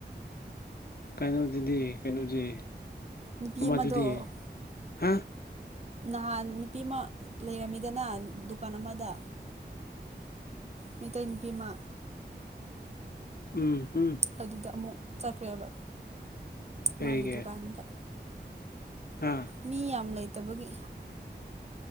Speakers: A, on the left; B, on the right.
A: ꯀꯩꯅꯣꯗꯨꯗꯤ ꯀꯩꯅꯣꯗꯤ
B: ꯅꯨꯄꯤ
A: ꯑꯃꯗꯨꯗꯤ
B: ꯑꯃꯗꯣ
A: ꯍꯥ
B: ꯅꯍꯥꯟ ꯅꯨꯄꯤ ꯑꯃ ꯂꯩꯔꯝꯃꯤꯗꯅ ꯗꯨꯀꯥꯟ ꯑꯃꯗ ꯃꯩꯇꯩ ꯅꯨꯄꯤꯃ
A: ꯎꯝ ꯎꯝ
B: ꯑꯗꯨꯗ ꯑꯃꯨꯛ ꯆꯠꯈ꯭ꯔꯦꯕ
A: ꯀꯩꯒꯤ
B: ꯃꯥꯒꯤ ꯗꯨꯀꯥꯟꯗ
A: ꯍꯥ
B: ꯃꯤ ꯌꯥꯝ ꯂꯩꯇꯕꯒꯤ